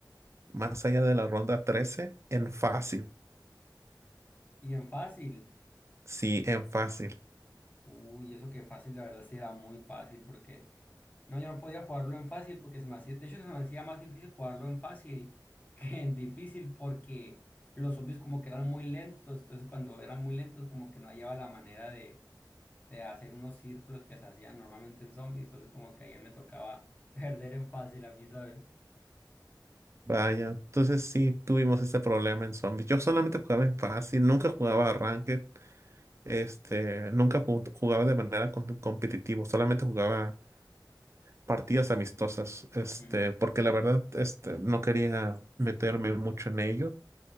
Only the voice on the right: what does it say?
más allá de la ronda 13 en fácil.
Sí, en fácil.
Vaya, entonces sí tuvimos ese problema en zombies. Yo solamente jugaba en fácil, nunca jugaba ranked, este, nunca ju- jugaba de manera com- competitiva, solamente jugaba partidas amistosas, este,
porque la verdad, este, no quería meterme mucho en ello